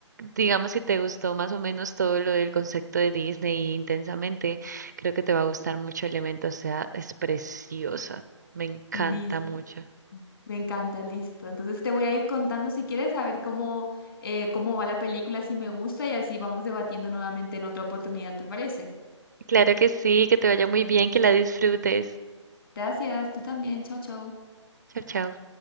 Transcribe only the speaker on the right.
digamos, si te gustó más o menos todo lo del concepto de Disney intensamente, creo que te va a gustar mucho Elemento, o sea, es preciosa, me encanta
mucho.
Claro que sí, que te vaya muy bien, que la disfrutes.
Chao, chao.